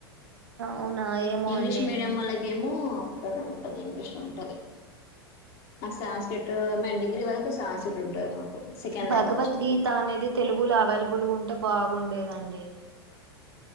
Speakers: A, on the right; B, on the left.
A: అవునా ఏమో
B: ఇంగ్లీష్
A: అండి
B: మీడియం వాళ్ళకేమో అట్లనే ఉంటది ఇంగ్లీష్ లో ఉంటది నాకు సాంస్క్రిట్ మే డిగ్రీ వరకు సాంస్క్రిట్ ఉంటుంది మాకు సెకండ్
A: భగవద్గీత
B: లాంగ్వేజ్
A: అనేది తెలుగులో అవైలబుల్గా ఉంటే బాగుండేదండి